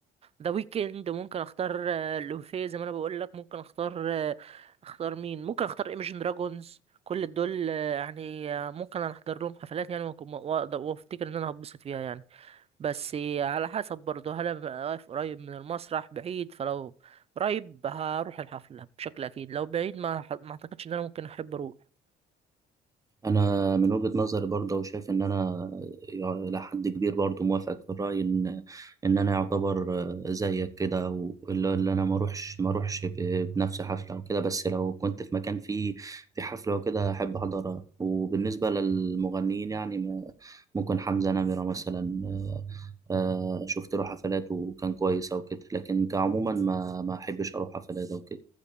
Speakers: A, on the right; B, on the right.
A: ذا ويكند ممكن اختار آه، لوفي زي ما انا بقول لك ممكن اختار آه، اختار مين ممكن اختار ايمجن دراجونز كل دول آه، يعني آه، ممكن انا احضر لهم حفلات يعني وأكون- وأقدر- وافتكر ان انا هتبسط فيها يعني بس على حسب برضه هل أنا واقف قريب من المسرح بعيد فلو قريب هروح الحفلة بشكل أكيد لو بعيد ما ما أعتقدش إن أنا ممكن أحب أروح
B: انا من وجهة نظري برضه وشايف ان انا يع- الى حد كبير برضه موافقك في الراي ان ان انا يعتبر زيك كده واللي اللي انا ما اروحش ما اروحش ب- بنفس حفله وكده بس لو كنت في مكان فيه في حفله وكده احب احضرها وبالنسبه للمغنيين يعني ما- ممكن حمزه نمره مثلا آه، آه، شفت له حفلات وكان كويس او كده لكن كعموما ما ما احبش اروح حفلات او كده